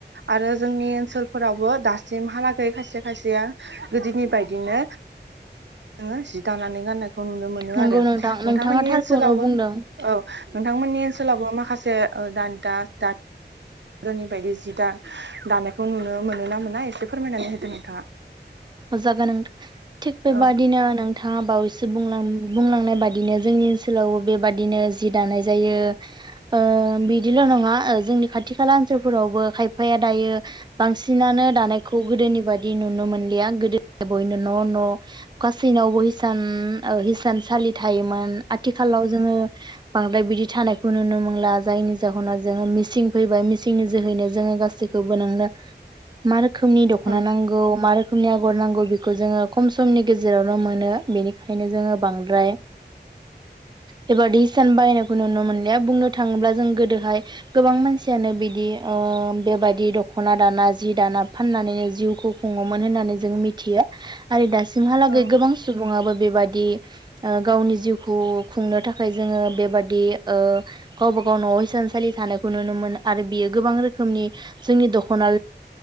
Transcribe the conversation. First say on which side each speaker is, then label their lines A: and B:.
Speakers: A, on the right; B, on the right.
A: आरो जोंनि ओनसोलफोरावबो दासिमहालागै खायसे खायसेया गोदोनि बायदिनो नोङो जि दानानै गाननाय खौ नुनो मोनो
B: नंगौ
A: आरो नोंथांमोननि
B: नोंथां नोंथाङा थारखौनो
A: ओनसोलावबो
B: बुंदों
A: औ नोंथांमोननि ओनसोलावबो माखासे ओ दानगा दा गोदोनि बायदि जि दा -दानायखौ नुनो मोनो ना मोना एसे फोरमायनानै होदो नोंथाङा
B: होजागोन नोंथां थिक बेबादिनो
A: औ
B: नोंथां नोंथांङा बावैसो बुंलां- बुंलांनाय बादिनो जोंनि ओनसोलावबो बेबादिनो जि दानाय जायो ओ बिदिल' नङा जोंनि खाथि खाला ओनसोलफोरावबो खायफाया दायो बांसिनानो दानायखौ गोदोनि बादि नुनो मोनलिया गोदो बयनो न' न' गासैनावबो हिसान ओ हिसानसालि थायोमोन आथिखालाव जोङो बांद्राय बिदि थानाय खौ नुनो मोनला जायनि जाहोनाव जोङो मिसिं फैबाय मिसिंनि जोहैनो जोङो गासैखोबो नोंनो मा रोखोमनि दख'ना
A: औ
B: नांगौ मा रो <unintelligible> <unintelligible> खम‌‌ समनि गेजेरावनो मोनो बेनिखायनो जोङो बांद्राय बेबि हिसान बाहायनायखौ नुनो मोनाया बुंनो थाङोब्ला जों गोदोहाय गोबां मानसियानो बिदि ओ बेबदि दखना दाना जि दाना फाननानैनो जिउखौ खुङोमोन होननानै ‌जों मिथियो आरो दासिम जोंहालागै
A: औ
B: गोबां सुबुङाबो बे बायदि ओ गावनि जिउखौ खुंनो थाखाय थाखाय जोङो बेबादि ओ गावबा गाव न'आव थानसालि थानायखौ नुनो मोनो आरो बेयो गोबां रोखोमनि जोंनि दखना